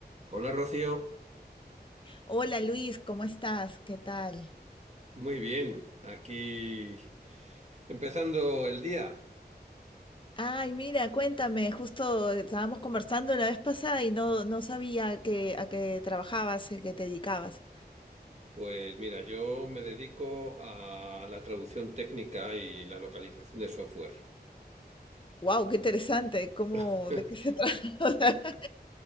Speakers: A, on the right; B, on the left.
A: Hola Rocío,
B: Hola Luis, ¿cómo estás? ¿Qué tal?
A: muy bien, aquí empezando el día.
B: Ay, mira, cuéntame, justo estábamos conversando la vez pasada y no, no sabía que a qué trabajabas, a qué te dedicabas.
A: Pues mira, yo me dedico a la traducción técnica y la localización de software.
B: Wow, qué interesante, ¿cómo,
A: <laughs>
B: de qué se trata? <laughs> O sea,